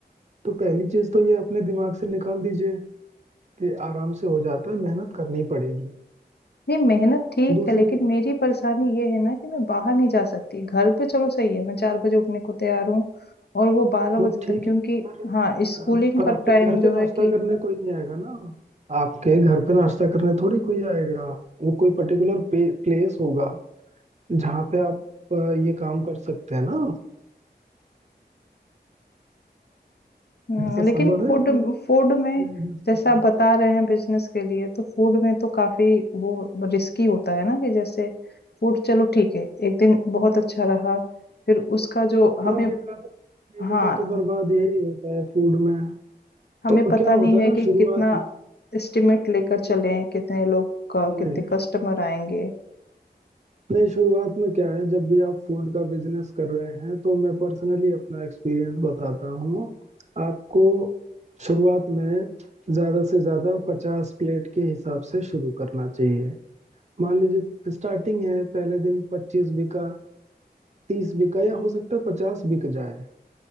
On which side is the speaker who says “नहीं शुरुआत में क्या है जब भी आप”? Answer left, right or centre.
Right